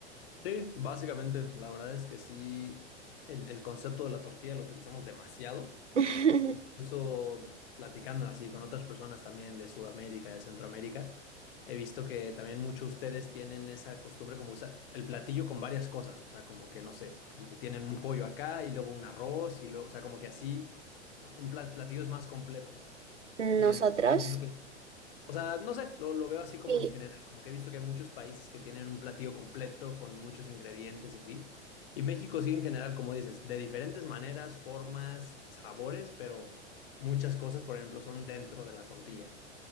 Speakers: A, on the left; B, on the right.
A: Sí, básicamente, la verdad es que sí, el, el concepto de la tortilla lo utilizamos demasiado.
B: <laughs>
A: Incluso platicando así con otras personas también de Sudamérica, de Centroamérica, he visto que también muchos de ustedes tienen esa costumbre como usar el platillo con varias cosas, o sea, como que no sé, como que tienen un pollo acá y luego un arroz y luego, o sea, como que así un pla- platillos más completos.
B: Nosotros,
A: Y el mexicano es lo que o sea, no sé, lo, lo veo así como
B: sí.
A: en general, como que he visto que hay muchos países que tienen un platillo completo con muchos ingredientes y así. Y México sí en general, como dices, de diferentes maneras, formas, sabores, pero muchas cosas, por ejemplo, son dentro de la tortilla.